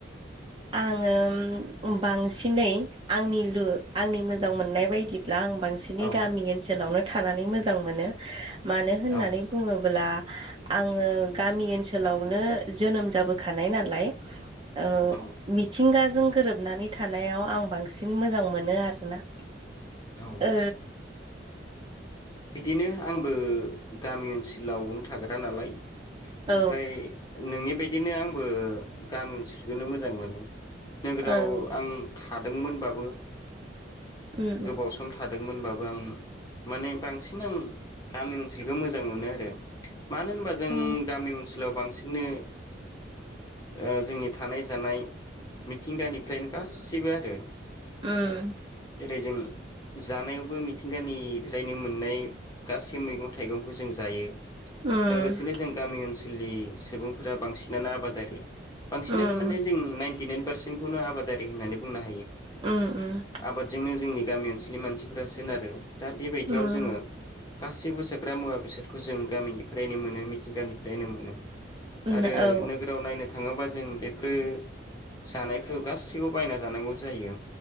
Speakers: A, on the right (about 25°); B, on the left (about 20°).
A: आङो बांसिनै आंनि लु आंनि मोजां मोननाय बायदि ब्ला आं बांसिनै
B: औ
A: गामि ओनसोलावनो थानानै मोजां मोनो मानो होननानै
B: औ
A: बुङोब्ला आङो गामि ओनसोलावनो जोनोम जाबोखानाय नालाय ओ
B: औ
A: मिथिंगाजों गोरोबनानै थानायाव आं बांसिन मोजां मोनो आरोना
B: औ
A: ओ
B: बिदिनो आंबो गामि ओनसोलाव थाग्रा नालाय
A: औ
B: ओमफ्राय नोंनि बायदिनो आंबो गामि ओनसोलखौनो मोजां मोनो नोगोराव
A: औ
B: आं थादोंमोनबाबो
A: उम
B: गोबाव सम थादों मोनबो आं माने बांसिन आं गामि ओनसोलखौ मोजां मोनो आरो मानो होनबा जों
A: उम
B: गामि ओनसोलाव बांसिन बिदिनो जोंनि थानाय जानाय मिथिंगानिफ्रायनो गासिबो आरो
A: ओम
B: जेरै जों जानायावबो मिथिंगानिफ्रायनो मोनो नै गासै मैगं थाइगंखौ जों जायो
A: उम
B: लोगोसेनो जों गामि ओनसोल आनसोलनि सुबुंफोरा बांसिनानो आबादारि बांसिनानो
A: उम
B: माने जों न नाइन पारसेनखौनो आबादारि होननानै बुंनागोन
A: उम उम
B: आबादजोंनो जोंनि गामि ओनसोलनि मानसिफोरा सोनारो दा बे बेयाव
A: उम
B: जोङो गासैबो साग्रा मुवा बेसादखौ जों गामिनिफ्रायनो मोनो मिथिंगानिफ्रायनो मोनो
A: उम
B: आरो
A: औ
B: नोगोराव नायनो थाङोबा जों बेफोरो जानायफोराव गासिखौबो बायना जानांगौ जायो।